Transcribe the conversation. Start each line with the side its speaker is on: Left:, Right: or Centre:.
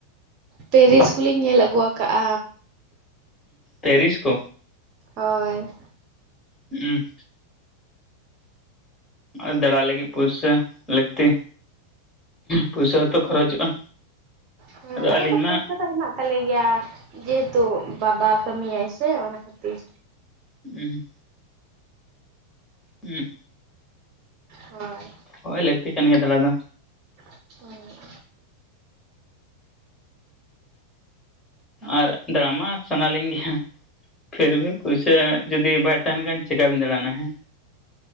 Right: ᱯᱮᱨᱤᱥ ᱠᱚᱞᱤᱧ ᱧᱮᱞ ᱟᱹᱜᱩᱣᱟᱠᱟᱜᱼᱟ᱾
Left: ᱯᱮᱨᱤᱥ ᱠᱚ
Right: ᱦᱚᱭ
Left: ᱦᱩᱸᱜᱼᱩᱸ ᱟᱨ ᱫᱟᱬᱟ ᱞᱟᱹᱜᱤᱜ ᱯᱩᱭᱥᱟ ᱞᱟᱹᱠᱛᱤ ᱯᱩᱭᱥᱟᱛᱚ ᱠᱷᱚᱨᱚᱪᱚᱜᱼᱟ
Right: ᱦᱳᱭ
Left: ᱟᱫᱚ
Right: ᱟᱞᱮ
Left: ᱟᱹᱞᱤᱧ
Right: ᱫᱚ ᱯᱚᱭᱥᱟ
Left: ᱢᱟ
Right: ᱫᱚ ᱦᱮᱱᱟᱜ ᱛᱟᱞᱮ ᱜᱮᱭᱟ ᱡᱮᱦᱮᱛᱩ ᱵᱟᱵᱟ ᱠᱟᱹᱢᱤᱭᱟᱭ ᱥᱮ ᱚᱱᱟ ᱠᱷᱟᱹᱛᱤᱨ᱾
Left: ᱩᱸ ᱦᱩᱸ
Right: ᱦᱚᱭ
Left: ᱦᱚᱭ ᱞᱟᱹᱠᱛᱤ ᱠᱟᱱ ᱜᱮᱭᱟ ᱫᱟᱬᱟ ᱫᱚ᱾
Right: <unintelligible>
Left: ᱟᱨ ᱫᱟᱬᱟ ᱢᱟ ᱥᱟᱱᱟᱞᱤᱧ ᱜᱮᱭᱟ᱾ ᱯᱷᱤᱨ ᱵᱷᱤ ᱯᱩᱭᱥᱟ ᱡᱩᱫᱤ ᱵᱟᱭ ᱛᱟᱦᱮᱱ ᱠᱷᱟᱱ ᱪᱮᱠᱟᱵᱤᱱ ᱫᱟᱬᱟᱱᱟ ᱦᱮᱸ᱾